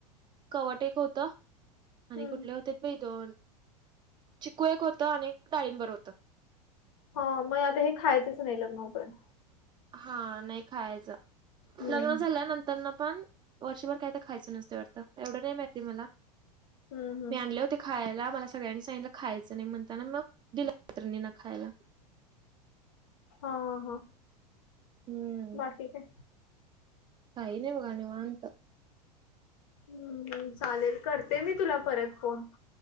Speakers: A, on the right (about 20°); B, on the left (about 55°).
A: कवट एक होतं
B: हम्म
A: आणि कुठले होतेत बाई दोन चिकू एक होतं आणि डाळींबर होतं
B: हो मग आता हे खायचंच नाही लग्न होपर्यंत
A: हा नाही खायाचं
B: हम्म
A: लग्न झाल्यानंतरनं पण वर्षभर काय तर खायचं नसते वाटतं एवढं नाही माहिती मला
B: हम्म हम्म हम्म
A: मी आणले ते खायाला मला सगळ्यांनी सांगितलं खायचं नाही म्हणताना मग दिलं मैत्रिणींना खायला
B: हा हा हा
A: हम्म
B: बाकी काय
A: काही नाही बघा निवांत.
B: हम्म चालेल करते मी तुला परत. फोन